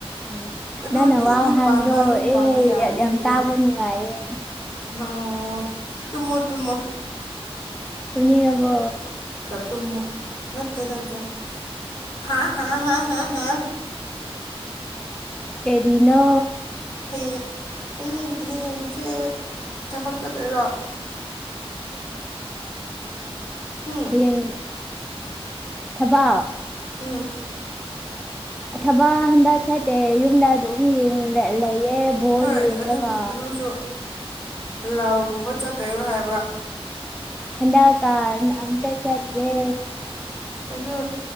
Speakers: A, in the centre; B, on the left.
A: ꯎꯝ
B: ꯑꯗꯨ
A: ꯅꯪꯅ ꯋꯥꯍꯥꯟꯕꯗꯣ
B: ꯌꯨꯝ ꯄꯥꯟꯕ ꯌꯨꯝ ꯄꯥꯟꯕ
A: ꯑꯦ
B: ꯌꯥꯔꯅꯤ
A: ꯌꯥꯝ
B: ꯑꯗꯨꯗꯤ
A: ꯇꯥꯕ ꯅꯨꯡꯉꯥꯏꯌꯦ
B: ꯑꯣ ꯇꯃꯣ ꯇꯨꯝꯃꯣ
A: ꯏꯅꯤꯕꯣ
B: ꯇꯃ ꯅꯠꯇꯦ ꯅꯠꯇꯦ ꯍꯥ ꯍꯥ ꯍꯥ ꯍꯥ
A: ꯀꯦꯗꯅꯣ
B: ꯍꯌꯦꯡ ꯍꯌꯦꯡ ꯍꯌꯦꯡꯁꯦ ꯊꯕꯛ ꯆꯠꯇꯣꯏꯔꯣ ꯍꯨꯝ
A: ꯍꯌꯦꯡ ꯊꯕ
B: ꯍꯨꯝ
A: ꯊꯕ ꯍꯟꯗ ꯆꯥꯏꯠꯇꯦ ꯌꯨꯝꯗ ꯑꯗꯨꯝ ꯂꯩ ꯑꯦ ꯣꯦ
B: ꯍꯣꯏ
A: ꯏ
B: ꯑꯗꯨꯕꯨ
A: ꯀꯥ
B: ꯑꯗꯨꯁꯨ ꯂꯥꯎꯒꯨꯝꯕ ꯆꯠꯇꯣꯏꯔꯣ ꯍꯥꯏꯕ
A: ꯍꯗꯑ ꯀꯥ ꯑꯝꯇ ꯆꯥꯇ꯭ꯔꯦ
B: ꯀꯩꯅꯣ